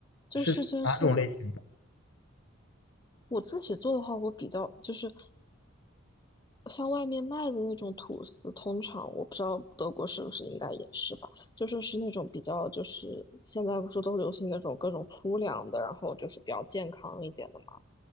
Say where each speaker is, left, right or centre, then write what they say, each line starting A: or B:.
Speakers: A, on the left; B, on the left.
A: 就是就是
B: 是哪种类型的？
A: 我自己做的话，我比较就是。像外面卖的那种吐司，通常我不知道德国是不是应该也是吧，就是是那种比较就是现在不是都流行那种各种粗粮的，然后就是比较健康一点的嘛。